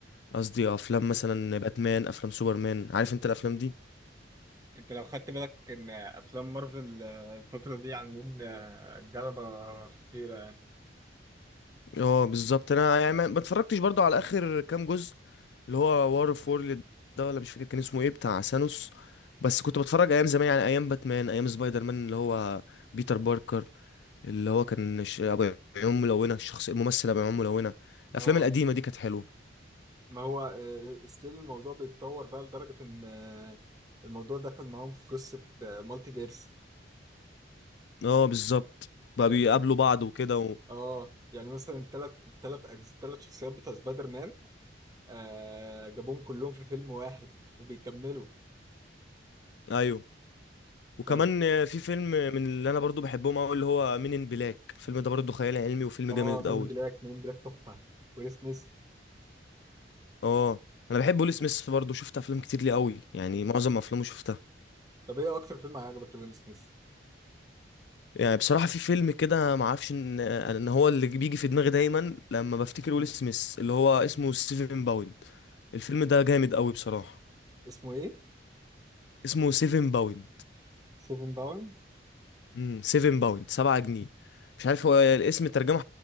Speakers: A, on the left (about 65°); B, on the right (about 20°).
A: قصدي افلام مثلا باتمان افلام سوبرمان عارف انت الافلام دي
B: انت لو خدت بالك ان افلام مارفل آه، الفترة دي عاملين آه، جلبة خطيرة يعني
A: اه بالظبط انا يعني ما ما اتفرجتش برضو على اخر كام جزء اللي هو وار اوف وورلد ده ولا مش فاكر كان اسمه ايه بتاع ثانوس بس كنت بتفرج ايام زمان يعني ايام باتمان ايام سبايدر مان اللي هو بيتر باركر اللي هو كان ش- ابو عيون ملونه الشخص الممثل ابو عيون ملونه الافلام
B: اه
A: القديمه دي كانت حلوه
B: ما هو ستيل الموضوع بيتطور بقى لدرجة ان آه، الموضوع دخل معاهم في قصة مالتي فيرس
A: اه بالظبط بقى
B: يعني.
A: بيقابلوا بعض وكده و...
B: اه يعني مثلا الثلاث الثلاث الثلاث شخصيات بتوع سبايدر مان آه جابوهم كلهم في فيلم واحد وبيكملوا
A: ايوه وكمان
B: ف
A: في فيلم من اللي انا برضو بحبهم قوي اللي هو مين ان بلاك الفيلم ده برضو خيال علمي وفيلم
B: اه
A: جامد
B: مين
A: قوي
B: إن بلاك مين إن بلاك تحفه ويل سميث
A: اه انا بحب ويل سميث برضو شفت افلام كتير ليه قوي يعني معظم افلامه شفتها
B: طب ايه اكتر فيلم عجبك لويل سميث
A: يعني بصراحة في فيلم كده ما اعرفش ان ان هو اللي بيجي في دماغي دايما لما بفتكر ويل سميث اللي هو اسمه سيفن باوند الفيلم ده جامد قوي بصراحة
B: اسمه ايه
A: اسمه سيفن باوند
B: سيفن داون
A: امم 7 باوند 7 جنيه مش عارف هو الاسم ترجمه